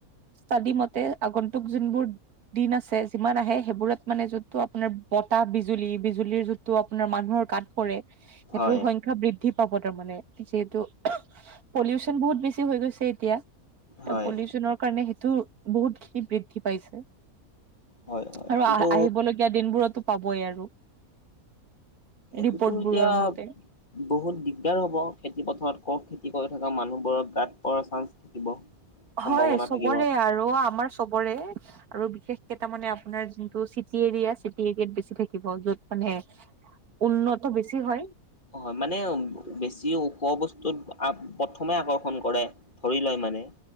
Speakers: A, on the right; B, on the left.
A: তাদি মতে আগন্তুক যোনবোৰ দিন আছে যিমান আহে সেইবোৰত মানে যোনটো আপোনাৰ বতাহ বিজুলী বিজুলীৰ যোন টো আপোনাৰ মানুহৰ গাত পৰে সেইটোৰ
B: হয়
A: সংখ্যা বৃদ্ধি পাব তাৰমানে যিহেতু পলিউচন বহুত বেছি হৈ গৈছে এতিয়া ত
B: হয়
A: পলিউচনক কাৰণে সেইটো বহুতখি বৃদ্ধি পাইছে
B: হয় হয়
A: আৰু
B: এইটো
A: আহ আহিব ল গিয়া দিনবোৰতো পাবই আৰু
B: এইটোতো
A: ৰিপৰ্ট
B: এতিয়া
A: বোৰৰ মতে
B: বহুত দিগদাৰ হব খেতি পথাৰত কত খেতি কৰি থকা মানুহবোৰৰ গাত পোৰাৰ চান্স থাকিব সম্ভাৱনা
A: হয় চবৰে
B: থাকিব।
A: আৰু আমাৰ চবৰে আৰু বিশেষকে তাৰ মানে আপোনাৰ যোনটো চিটি এৰিয়া চিটি এৰিয়াত বেছি থাকিব য'ত মানে উন্নত বেছি হয়
B: অ হয় মানে বেছি ওখ বস্তুত প্ৰথমে আকৰ্ষণ কৰে ধৰি লয় মানে